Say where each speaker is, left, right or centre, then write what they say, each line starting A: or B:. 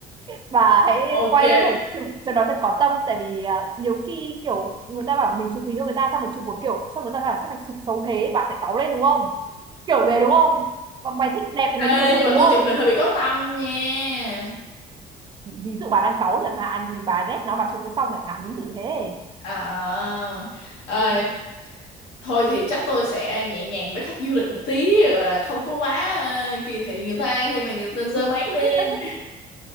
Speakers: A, on the right; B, on the left.
A: Bà hãy
B: ok.
A: quay và chụp cho nó thật có tâm tại vì ờ, nhiều khi kiểu người ta bảo mình chụp hình cho người ta xong mình chụp một kiểu xong người ta bảo sao mày chụp xấu thế bà sẽ cáu lên đúng không? Kiểu về đúng không? Còn mày thích đẹp thì mày đi
B: Ê,
A: mà chụp
B: nhưng mà
A: đúng
B: tôi
A: không?
B: chụp hình hơi bị có tâm nha.
A: Ví ví dụ bà đang cáu chẳng hạn thì bà ghét nó bà chụp cho xong chẳng hạn ví dụ thế
B: À, ờ,
A: thì
B: thôi thì chắc tôi sẽ nhẹ nhàng với khách du lịch một tí gọi là không có quá ờ, kỳ thị người ta khi mà người ta giơ
A: <laughs>
B: máy lên